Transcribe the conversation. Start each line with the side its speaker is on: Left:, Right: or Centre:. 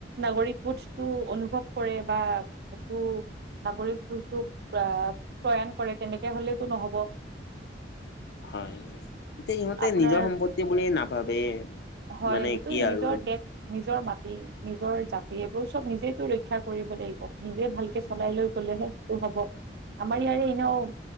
Right: নাগৰিক বোধটো অনুভৱ কৰে বা সেইটো নাগৰিকবোৰটো প্ৰয়া-প্ৰয়াণ কৰে তেনেকে হ'লেতো ন'হব।
Left: হয়, এতিয়া ইহঁতে
Right: আপোনাৰ
Left: নিজৰ সম্পত্তি বুলি নাভাবে।
Right: হয়।
Left: মানে
Right: সেইটো
Left: কি
Right: নিজৰ
Left: আৰু
Right: দেশ নিজৰ মাটি, নিজৰ জাতি, এইবোৰ চব নিজেতো ৰক্ষা কৰিব লাগিব। নিজে ভালকে চলাই লৈ গ'লেহে সেটো হ'ব, আমাৰ ইয়াৰে এনেও